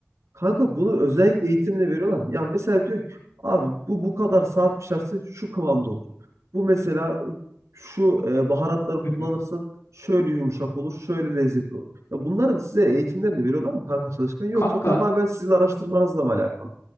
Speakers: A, on the right; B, on the left.
A: Kanka bunu özellikle eğitimine veriyorlar mı? Ya mesela diyor ki abi bu bu kadar saat pişerse şu kıvamda olur. Bu mesela şu e, baharatları kullanırsan
B: hı hı.
A: şöyle yumuşak olur, şöyle lezzetli olur. Ya bunların size eğitimlerini veriyorlar mı kanka çalışkan yoksa
B: Kanka
A: tamamen sizin araştırmanızla mı alakalı?